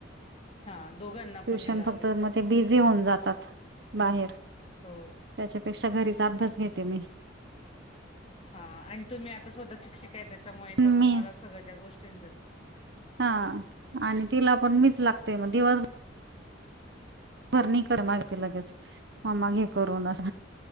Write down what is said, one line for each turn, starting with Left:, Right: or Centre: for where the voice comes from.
Left: हा दोघांना
Right: ट्युशन
Left: पण नाही लावली
Right: फक्त
Left: का
Right: म ते बिझी होऊन जातात. बाहेर
Left: हो
Right: त्याच्यापेक्षा घरीच अभ्यास घेते मी.
Left: हा आणि तुम्ही आता स्वतः शिक्षिकाय त्याच्यामुळे त
Right: मी
Left: तुम्हाला सगळं त्या गोष्टींच
Right: हां आणि तिला पण मीच लागते मग दिवस भरणी कर मागते लगेच मा्मा घे करून अस